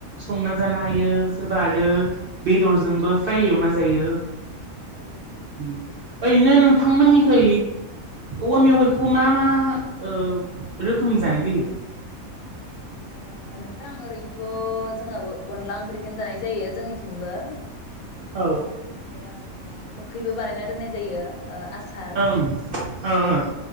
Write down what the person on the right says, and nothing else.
संना जानो हायो। <unintelligible> बा आरो
बेदरजोंबो फ्राय एवना जायो।
ओम ओरैनो नोंथांमोननिखै औवा मेवाइखौ मा मा ओ रोखोमनि जानाय जायो।
औ
ओम ओ ओ।